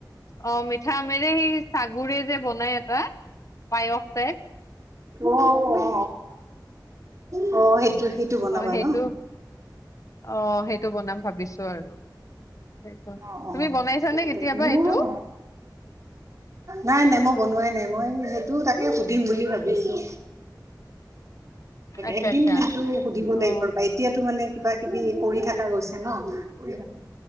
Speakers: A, on the left (about 45°); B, on the right (about 45°).
A: অহ ', মি মিঠা আমৰে, সেই চাগুৰে যে, বনাই এটা, পায়স টাইপ
B: অ অ -অ সেইটো সেইটো বনাবা
A: অ' সেইটো
B: ন
A: অ সেইটো বনাম ভাবিছো আৰু সেইটো
B: অ, অ,
A: তুমি
B: অ,
A: বনাইছানে
B: তাকে
A: কেতিয়াবা
B: মোৰো
A: এইটো
B: হয়, নাই, নাই, মই বনোৱাই নাই, মই সেইটো, তাকে সুধিম বুলি ভাবিছো।
A: আচ্ছা
B: একদিন
A: আচ্ছা
B: নাইতটো সুধিব লাগিব,
A: অ
B: ৰবা এতিয়াতো মানে কিবাকে। কিবি কৰি, থকা গৈছে ন, কৰি